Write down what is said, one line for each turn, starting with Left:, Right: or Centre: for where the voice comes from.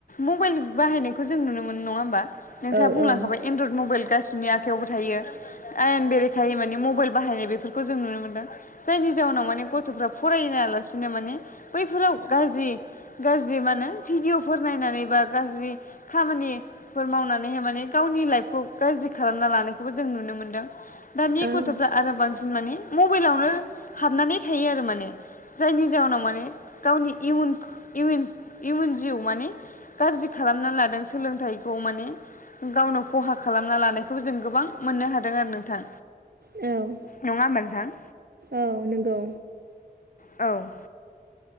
Left: मबाइल बाहायनायखौ जों नुनो मोनो नङा होमबा? नोंथाङा
Right: औ
Left: बुंलांखाबाय एन्ड्रयड मबाइल गासिबनि आखायावबो थायो आयेन बेरेखायै माने मबाइल बाहायनाय बे फोरखौ जों नुनो मोन्दों। जायनि जाउनाव माने गथ'फ्रा फरायनायालासिनो माने बैफोराव गाज्रि गाज्रि मानो भिडिअ'फोर नायनानै बा गाज्रि खामानि फोर मावनानैहाय माने गावनि लाइफखौ गाज्रि खालामना लानायखौबो जों नुनो मोन्दों। दानि
Right: औ
Left: गथ'फ्रा आरो बांसिन माने मबाइलावनो हाबनानै थायो आरो माने जायनि जाउनाव माने गावनि इयुन इविन इयुन जिउ माने गाज्रि खालामना लादों सोलोंथाइखौ माने गावनाव खहा खालामना लानायखौ जों गोबां मोननो हादों आरो नोंथां।
Right: औ।
Left: नङा होमबा नोंथां?
Right: औ नोंगौ।
Left: औ।